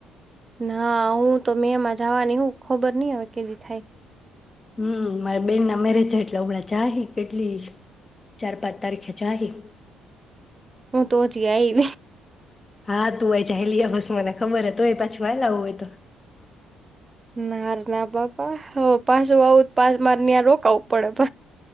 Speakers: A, on the right; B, on the left.
A: ના હું તો મેં માં જવાની હું ખબર નઈ કેદી થાય
B: હમ્મ મારા બેન ના મેરેજ છે એટલે ઉડા ચાહી કેટલી ચાર પાંચ તારીખે જાહી
A: હું તો અજી આઈ
B: હા તું આય જલી બસ મને ખબર હ તોય પાછું વાલા હોું હોય તો
A: નાર ના પાપા પાછું આવું પાછ માર રોકાવું પડે